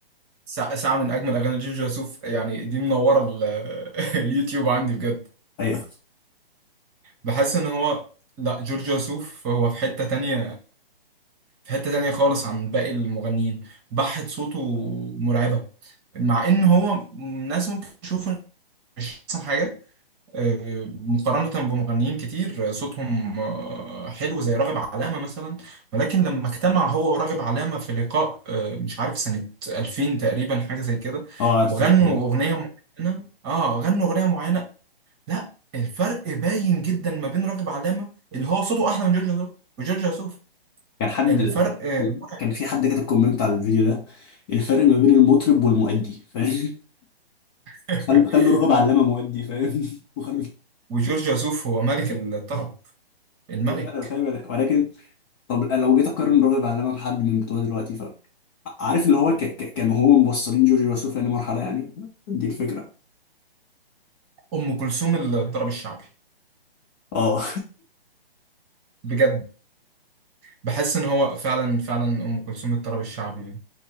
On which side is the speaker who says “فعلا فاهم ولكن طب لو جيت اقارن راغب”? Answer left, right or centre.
Left